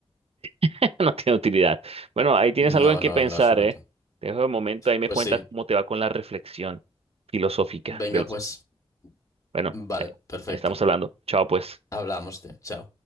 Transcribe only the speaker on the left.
No,
no,
en lo absoluto.
Pues
sí.
Venga,
pues,
vale,
perfecto.
Hablamos de, chao.